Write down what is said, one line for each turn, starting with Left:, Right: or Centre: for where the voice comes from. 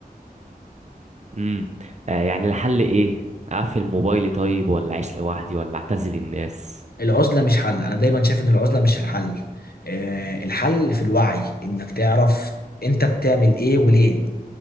Right: امم آه يعني الحل ايه اقفل موبايلي طيب ولا اعيش لوحدي ولا اعتزل الناس
Left: العزلة مش حل أنا دايما شايف إن العزلة مش الحل آه، الحل في الوعي إنك تعرف أنت بتعمل إيه وليه